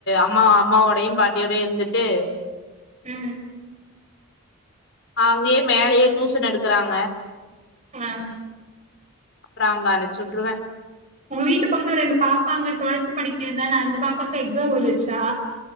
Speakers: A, on the left; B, on the right.
A: அம்மா அம்மாவோடயு பாட்டியோட இருந்துட்டு
B: ம்
A: அங்கயே மேலயே டூஷன் எடுக்கறாங்க
B: ஆ
A: அப்புற அங்க அனுச்சு வுட்டுருவே
B: உங்க வீட்டு பக்கத்துல ரெண்டு பாப்பா அங்க டுவெல்த் படிக்கிதுதான அந்த பாப்பாக்கு எக்ஸாம் முடிஞ்சிடுச்சா